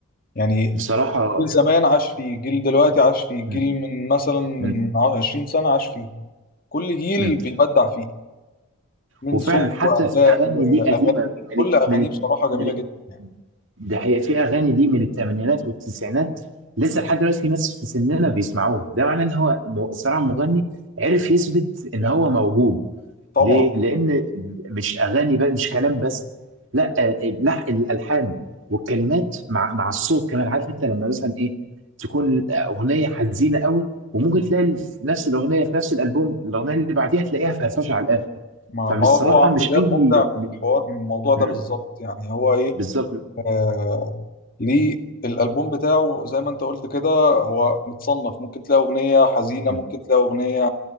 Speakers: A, on the left (about 40°); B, on the right (about 65°).
A: يعني
B: بصراحه
A: جيل زمان عاش فيه جيل دلوقتي عاش فيه جيل
B: مم.
A: من مثلا من
B: مم.
A: 20 سنة عاش فيه كل جيل
B: مم.
A: بيبدع فيه من
B: وفعلا
A: صوت
B: حتى
A: وأداء
B: في اغاني
A: وأغاني
B: ليه قديمه من
A: كل
B: ال-
A: أغانيه
B: من ال-
A: بصراحة جميلة
B: من ال-
A: جدا يعني
B: ده هي في اغاني ليه من الثمانينات والتسعينات لسه لحد دلوقتي في ناس في سننا بيسمعوها ده معناه ان هو م- صراحه مغني عرف يثبت ان هو موهوب
A: طبعا
B: ليه؟ لأن مش أغاني بقى مش كلام بس لا آه، لا الألحان والكلمات مع مع الصوت كمان عارف أنت لما مثلا إيه تكون أغنية حزينة قوي وممكن تلاقي في نفس الأغنية في نفس الألبوم الأغنية اللي بعديها تلاقيها فرفشة على الآخر
A: ما
B: فبصراحة
A: اه هو عمرو
B: مش
A: دياب
B: أي م-
A: مبدع في الحوار الموضوع ده
B: م-
A: بالظبط يعني هو ايه
B: بالظبط
A: آه ليه الالبوم بتاعه زي ما انت قلت كده هو متصنف ممكن تلاقي اغنيه حزينه
B: م-
A: ممكن تلاقي اغنيه